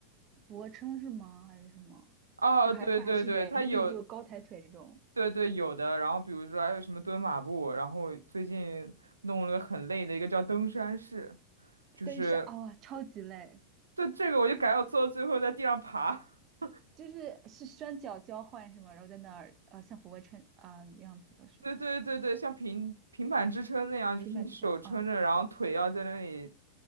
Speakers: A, on the right; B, on the right.
A: 俯卧撑是吗？还是什么？
B: 哦，
A: 就还会还是原地就高抬腿这种，
B: 对对对，它有，对对有的。然后比如说还有什么蹲马步，然后最近弄了个很累的一个叫登山式，就是
A: 登山啊、哇超级累，
B: 这这个我就改我做到最后在地上爬。<laughs>
A: 就是是双脚交换是吗？然后在那儿呃像俯卧撑啊、样子的是吧？
B: 对对对对，像平平板支撑那样，
A: 平板支撑啊，
B: 就是你手撑着，然后腿要在那里